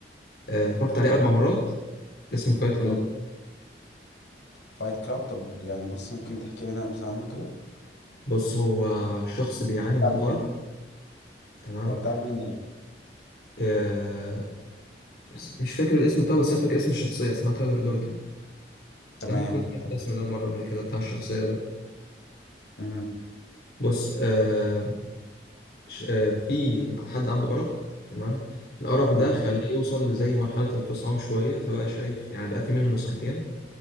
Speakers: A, on the left; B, on the left.
A: آه، اتفرجت عليه اربع مرات اسمه فايت كلاب
B: مم. فايت كلاب طب يعني بص ممكن تحكي لنا نبذة عنه كده
A: بص هو شخص بيعاني
B: بتاع
A: من الارق
B: مين ال-
A: تمام
B: هو بتاع مين ال-
A: آه، بس مش فاكر الاسم بتاعه بس انا فاكر اسم الشخصيه اسمها تايلر دوردن
B: تمام
A: انت ممكن تكون سمعت
B: تمام
A: الاسم ده مره قبل كده بتاع الشخصيه ده
B: مم.
A: بص آه ش- آه، في حد عنده أرق تمام الأرق
B: تمام
A: ده خلاه يوصل لزي مرحلة انفصام شوية فبقى شايف يعني بقى في منه نسختين